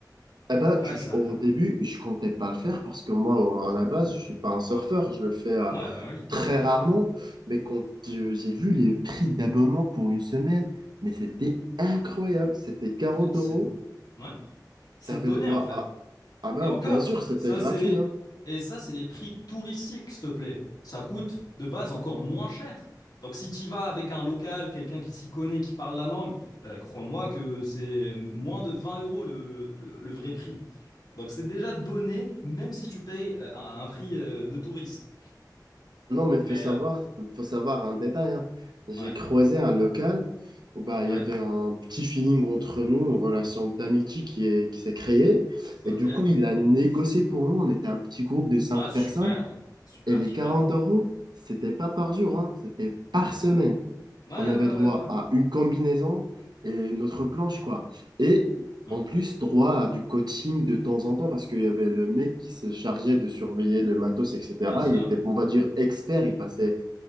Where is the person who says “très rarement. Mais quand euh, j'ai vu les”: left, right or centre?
Right